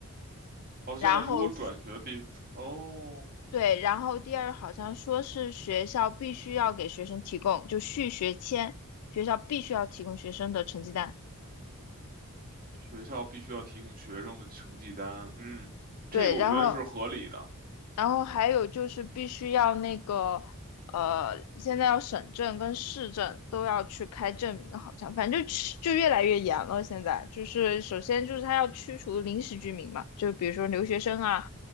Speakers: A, on the right (about 40°); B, on the left (about 85°).
A: 哦，现在如果转学必，
B: 然后
A: 哦，
B: 对，然后第二好像说是学校必须要给学生提供就续学签，学校必须要提供学生的成绩单。
A: 学校必须要提供学生的成绩单，嗯，
B: 对，
A: 这个我觉得是合理的。
B: 然后然后还有就是必须要那个，呃，现在要省证跟市政都要去开证明，好像反正就是就越来越严了。现在就是首先就是他要驱除临时居民嘛，就比如说留学生啊，